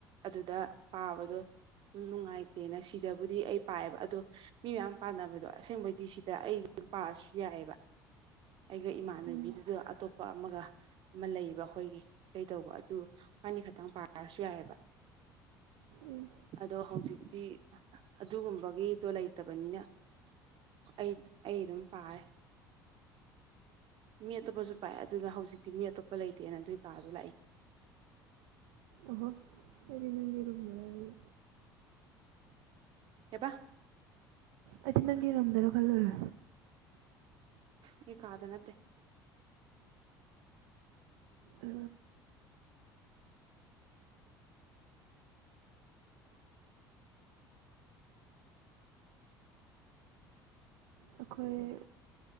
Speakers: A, on the right (about 50°); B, on the right (about 65°).
A: ꯑꯗꯨꯗ ꯄꯥꯕꯗꯣ ꯎ ꯅꯨꯡꯉꯥꯏꯇꯦꯅ ꯁꯤꯗꯕꯨꯗꯤ ꯑꯩ ꯄꯥꯏꯑꯦꯕ ꯑꯗꯣ ꯃꯤ ꯃꯌꯥꯝ ꯄꯥꯟꯅꯕꯗꯣ ꯑꯁꯦꯡꯕꯩꯗꯤ ꯁꯤꯗ ꯑꯩ ꯄꯥꯔꯁꯨ ꯌꯥꯏꯑꯕ ꯑꯩꯒ ꯏꯃꯥꯟꯅꯕꯤꯗꯨꯗ
B: ꯎꯝ
A: ꯑꯇꯣꯞꯄ ꯑꯃꯒ ꯑꯃ ꯂꯩꯕ ꯑꯩꯈꯣꯏꯒꯤ ꯏꯁꯩꯗꯧꯕ ꯑꯗꯨ ꯑꯩꯈꯣꯏꯕꯅꯤ ꯈꯛꯇꯪ ꯄꯥꯔꯁꯨ ꯌꯥꯏꯑꯕ
B: ꯎꯝ
A: ꯑꯗꯣ ꯍꯧꯖꯤꯛꯇꯤ ꯑꯗꯨꯒꯨꯝꯕꯒꯤꯗꯣ ꯂꯩꯇꯕꯅꯤꯅ ꯑꯩ ꯑꯩ ꯑꯗꯨꯝ ꯄꯥꯔꯦ ꯃꯤ ꯑꯇꯣꯞꯄꯁꯨ ꯄꯥꯏ ꯑꯗꯨꯅ ꯍꯧꯖꯤꯛꯇꯤ ꯃꯤ ꯑꯇꯣꯞꯄ ꯂꯩꯇꯦꯅ ꯑꯗꯨꯒꯤ ꯀꯥꯗꯣ ꯂꯥꯛꯏ
B: ꯑꯍꯣ ꯑꯩꯗꯤ ꯅꯪꯒꯤ ꯔꯨꯝꯗꯔꯅ
A: ꯀꯦꯕ
B: ꯑꯩꯗꯤ ꯅꯪꯒꯤ ꯔꯨꯝꯗꯔ ꯈꯜꯂꯨꯔꯦ
A: ꯑꯩ ꯀꯥꯗ ꯅꯠꯇꯦ
B: ꯑ ꯑꯩꯈꯣꯏ